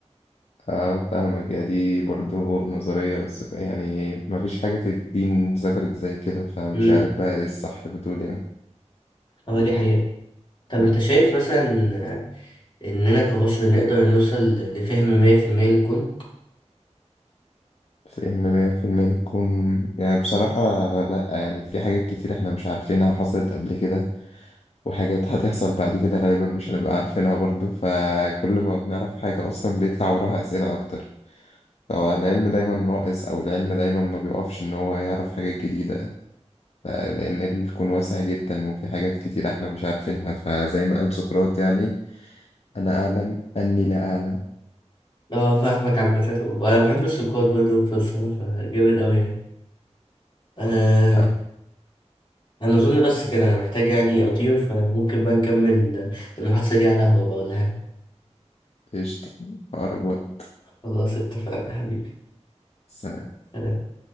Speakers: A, on the left (about 60°); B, on the left (about 40°).
A: آه، فاهمك يا دي برضو نظرية بس يعني ما فيش حاجة في الدين ذكرت زي كده فمش
B: امم
A: عارف بقى إيه الصح في دول يعني
B: اه دي حقيقة طب انت شايف مثلا آه، اننا كبشر نقدر نوصل لفهم 100% للكون؟
A: فإن مية في إن 100% تكون يعني بصراحة لأ يعني في حاجات كتير إحنا مش عارفينها حصلت قبل كده وحاجات هتحصل بعد كده غالبا مش هنبقى عارفينها برضو فكل ما بنعرف حاجة أصلا بيطلع وراها أسئلة أكتر فالعلم دايما ناقص أو العلم دايما ما بيقفش إن هو يعرف حاجات جديدة ف- لأن الكون واسع جدا وفي حاجات كتير إحنا مش عارفينها فزي ما قال سقراط يعني أنا أعلم أني لا أعلم
B: اه فاهمك عامة وانا بحب السكوت برضه والفلسفة فجامد اوي يعني آه
A: أ-
B: انا اظن بس كده انا محتاج يعني اطير فممكن بقى نكمل المحادثة دي على قهوة بقى ولا حاجة
A: قشطة في أقرب وقت
B: خلاص اتفقنا حبيبي
A: سلام
B: سلام